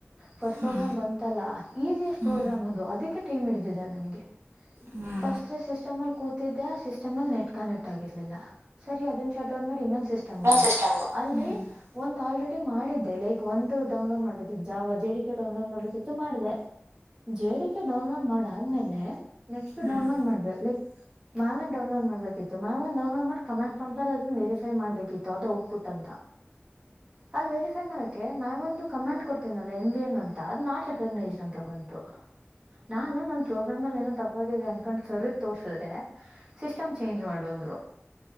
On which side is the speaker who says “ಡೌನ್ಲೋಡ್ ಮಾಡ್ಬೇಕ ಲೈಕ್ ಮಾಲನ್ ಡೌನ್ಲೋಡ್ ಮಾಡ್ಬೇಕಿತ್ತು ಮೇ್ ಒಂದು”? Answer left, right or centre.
Right